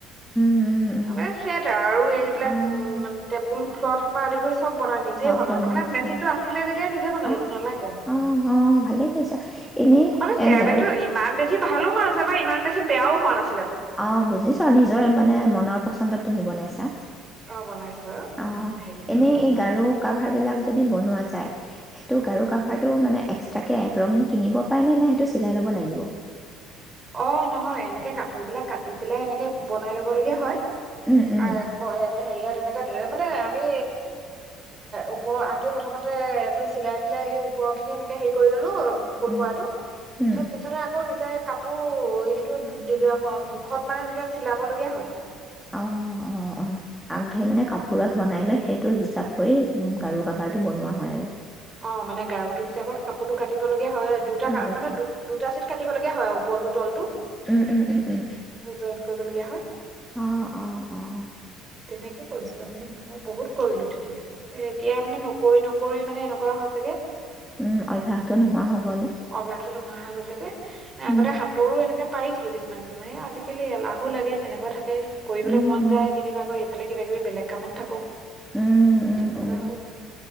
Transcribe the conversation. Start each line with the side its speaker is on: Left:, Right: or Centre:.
Centre: অঁ
Right: মানে ছেট আৰু আৰু এইবিলাক
Centre: অঁ
Right: উ মান টেবুল থোৱাসোপা আদি কৰি চব বনাই নিজে
Centre: চব
Right: বনালো
Centre: বনাইছো
Right: মেচিন টো আছিলে যেতিয়া নিজে বনালো
Centre: আহ
Right: নেলাগে
Centre: অ অ ভালে কৰিছা এনেই
Right: আও চেয়াবেত
Centre: এ গাৰু
Right: ইমান বেছি ভালো হোৱা নিছিলে বা ইমান বেছি বেয়াও হোৱা নাছে
Centre: অ' বুজিছ নিজৰ মানে মনৰ পচন্দত তুমি বনাইছা।
Right: অ বনাইছো আৰু
Centre: অ'
Right: উম, হেৰি নহলেও
Centre: এনে এই
Right: মানে
Centre: গাৰু কাভাৰ বিলাক যদি বনোৱা যায়, সেইটো
Right: উম
Centre: গাৰু কাভাৰটো মানে এক্ তাকে এক ৰঙী কিনিব পাই নে? নে সেইটো চিলাই ল'ব লাগিব।
Right: অ' নহয়, এনেকে কাপোৰ বিলাক কাটি পেলাই এনেকে বনাই লব লগীয়া হয়।
Centre: উম উম
Right: অ কয় হেৰি আৰু এনেকে এ মানে আমি ওপৰৰ আগ ধৰি প্ৰথমতে এইটো চিলাই পেলাই এই ওপৰৰ খিনি এনেকে হেৰি কৰি ললো ফুল
Centre: উম
Right: কৰাটো, তাৰপিছত
Centre: উম
Right: পিছতে আকৌ নিজে কাপোৰ সেইটো জোখত মানে এনেকে চিলাব লগিয়া হয়।
Centre: অ' অ' অ' আগ ধৰি মানে কাপোৰত বনাই লৈ সেইটো হিচাপ কৰি গাৰু কাভাৰটো বনোৱা হয় আৰু।
Right: অ' মানে গাৰু টো হিচাপত কাপোৰতো কাটিব লগিয়া হয় দুটা
Centre: বুজিছোঁ
Right: মানে দু দুটা চিট কাটি পিব <unintelligible> লগীয়া হয় ওপৰতো তলতটো।
Centre: উম উম উম উম
Right: জইন কৰিবলীয়া হয়।
Centre: অঁ অঁ অঁ
Right: তেনেকে কৰিছিলো আমি মই বহুত কৰিলো এতিয়া মানে নকৰি নকৰি কৰি মানে এনেক কোৱা হ'ল।
Centre: উম, অভ্যাসটো নোহোৱা হৈ গ'ল।
Right: অভ্যাসটো নোহোৱা হৈ গৈছেগে আগতে
Centre: উম
Right: হাতৰো এনেকে পাৰিছিলো কিছুমান কিছুমান এই আজিকালি এলাহো লাগে তেনেকুৱা থাকে। কৰিবলৈ
Centre: উম
Right: মন যায়, কেতিয়াবা আকৌ এইফালে কিবা কিবি বেলেগ কামত থাকো,
Centre: উম উম
Right: তেনেকুৱা
Centre: উম
Right: হয়।